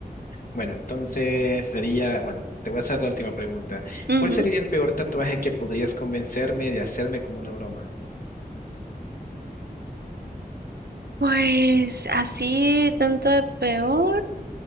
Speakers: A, on the left; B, on the right.
A: Bueno, entonces sería, bueno, te voy a hacer la última pregunta.
B: Ujú.
A: ¿Cuál sería el peor tatuaje que podrías convencerme de hacerme como una broma?
B: Pues así, tanto de peor.